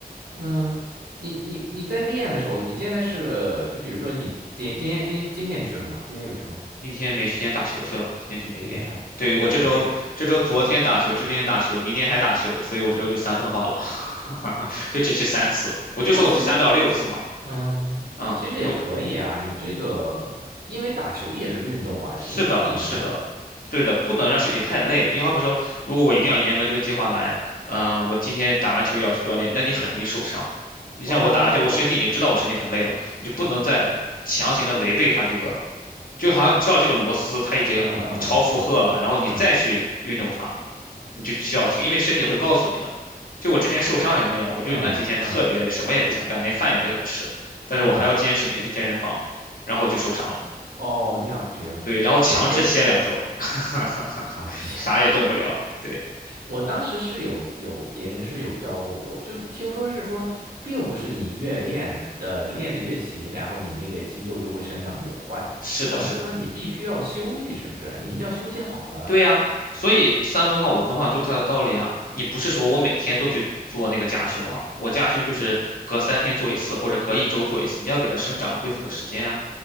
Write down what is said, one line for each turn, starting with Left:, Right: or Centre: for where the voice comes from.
Right: 嗯，你你你在练的时候，你现在是呃就比如说你今今天今天今天去了吗？今天有去吗？
Left: 今天没时间打球去了，今天就没练。
Right: 今天那那昨天
Left: 对，我这周这周昨天打球，今天打球，明天还打球，所以我这周就三分化了，<laughs> 就只去三次。我就说我去三到六次嘛，
Right: 那其实嗯。
Left: 嗯，
Right: 其实也可以啊，
Left: 如
Right: 你这个因为打球也是运动啊，
Left: 是的，
Right: 其实不影响的。
Left: 是的，对的，不能让身体太累。你好比说，如果我一定要严格这个计划来，嗯、我今天打完球也要去锻炼，那你很容易受伤。你像我打完球，
Right: 哦，
Left: 我身体已经知道我身体很累了，你就不能再强行的违背它这个，就好像你知道这个螺丝它已经超负荷了，
Right: 嗯嗯嗯嗯
Left: 然后你再去运动它，
Right: 嗯
Left: 你就需要停，因为身体会告诉你的。就我之前受伤也是那样，我就那几天特别累，
Right: 嗯嗯
Left: 什么也不想干，连饭也不想吃，但是我还要坚持每天去健身房，
Right: 嗯，
Left: 然后就受伤了。
Right: 哦，那样不行。
Left: 对，然后强制歇两周，
Right: 哎哎，
Left: <laughs>
Right: 好像是前两种。
Left: 啥也动不了。对，
Right: 我当时是有有别人是有教过我，就听说是说，并不是你越练呃练得越勤，然后你那个肌肉就会生长越快，
Left: 是的，
Right: 好像是说你必须要休息，
Left: 是的，
Right: 是不是？你一定要休息好了。
Left: 对呀、所以三分化、五分化都有它的道理啊。你不是说我每天都去做那个夹胸啊，我夹胸就是隔三天做一次，或者隔一周做一次，你要给它生长和恢复的时间啊。